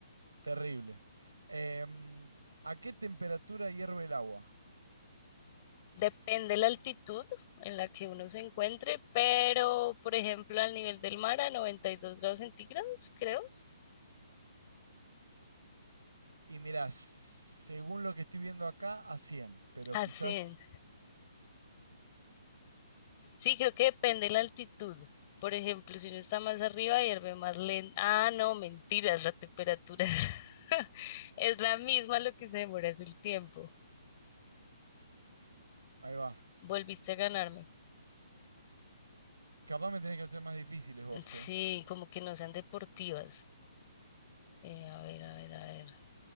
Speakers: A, on the right (about 70°); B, on the left (about 30°).
A: terrible. Em, ¿a qué temperatura hierve el agua?
B: Depende la altitud en la que uno se encuentre, pero por ejemplo al nivel del mar a 92 grados centígrados, creo.
A: Y mirá, según lo que estoy viendo acá, a 100 pero
B: A
A: quizás...
B: 100. Sí, creo que depende la altitud. Por ejemplo, si uno está más arriba, hierve más lento. Ah, no, mentiras, la temperatura es, <laughs> es la misma, lo que se demora es el tiempo.
A: Ahí va.
B: Volviste a ganarme.
A: Capaz me tenés que hacer más difíciles vos,
B: Sí,
A: ¿eh?
B: como que no sean deportivas. Eh, a ver, a ver, a ver,